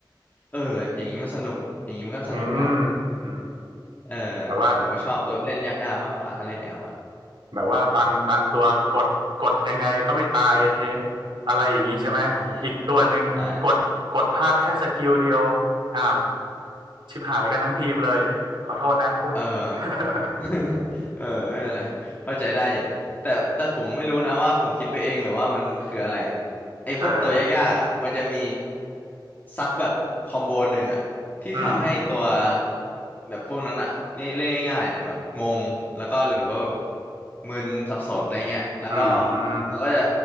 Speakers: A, on the left; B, on the right.
A: เอออย่างนี้มันสนุกอย่างนี้มันก็สนุกนะ
B: อืมอืม
A: เออ
B: แบบว่า
A: ผมก็ชอบตัวเล่นยากๆมากกว่าถ้าเล่นแอลอ่ะ
B: แบบว่าบางบางตัวกดกดยังไงก็ไม่ตายเฮอะไรอย่างนี้ใช่ไหมอีกตัวหนึ่งกดกดพลาดแค่สกิลเดียว
A: ใช่ใช่
B: อ้าวชิบหายกันทั้งทีมเลยขอโทษนะพูด
A: เออ
B: <laughs>
A: <laughs> เออไม่เป็นไรเข้าใจได้อยู่แต่แต่ผมไม่รู้นะว่าผมคิดไปเองหรือว่ามันคืออะไรไอ้พวกตัวยากๆอ่ะมันจะมี
B: เออ
A: ซักแบบคอมโบหนึ่งอ่ะที่ทำให้ตัว
B: อืม
A: แบบพวกนั้นอ่ะนี่เล่นง่ายๆอ่ะแบบงงแล้วก็หรือว่าแบบมึนสับสนอะไรเงี้ยแล้วก็
B: อืม
A: เราก็จะ